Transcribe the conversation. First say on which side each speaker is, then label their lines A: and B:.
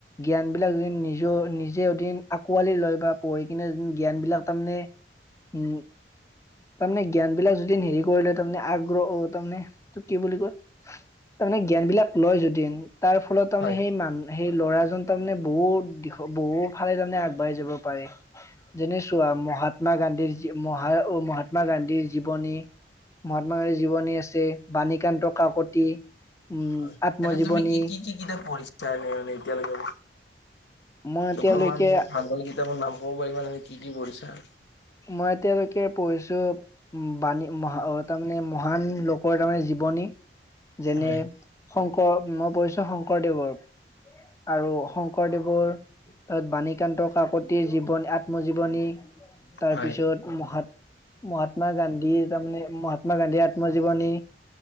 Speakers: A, on the left; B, on the left.
A: জ্ঞানবিলাক যদিন নিজৰ নিজে এদিন আকোঁৱালি লয় বা পঢ়ি কিনে যদিন জ্ঞান বিলাক তাৰমানে উম, তাৰমানে জ্ঞান বিলাক যদিন হেৰি কৰি লয় তাৰমানে আগ্ৰহ তাৰমানে তোক কি বুলি কয় তাৰমানে জ্ঞান বিলাক লয় যদিন তাৰ ফলত তাৰমানে
B: হয়
A: সেই মান সেই ল'ৰা জন তাৰমানে বহুত দিশ বহুত ভালে তাৰমানে আগবাঢ়ি যাব পাৰি যেনে চোৱা মহাত্মা গান্ধীৰ মহা-মহাত্মা গান্ধীৰ জীৱনী, মহাত্মা গান্ধীৰ জীৱনী আছে, বাণীকান্ত কাকতি। উম
B: হয়,
A: আত্মজীৱনী
B: এনে তুমি কি, কি, কি কিতাপ পঢ়িছা এনে এতিয়ালৈকে?
A: মই এতিয়ালৈকে
B: অকণমান ভাল ভাল কিতাপত নাম পাব পাৰিবা, কি কি পঢ়িছা? <inaudible>
A: মই এতিয়ালৈকে পঢ়িছো বাণী মহা তাৰমানে মহান লোকৰ তাৰমানে জীৱনী। যেনে
B: হয়
A: শং কৰ মই পঢ়িছো শংকৰদেৱৰ আৰু শংকৰদেৱৰ তাত বাণীকান্ত কাকতিৰ জীৱনী আত্মজীৱনী তাৰপিছত
B: হয়
A: মহাত্মা মহাত্মা গান্ধীৰ তাৰমানে মহাত্মা গান্ধীৰ আত্মজীৱনী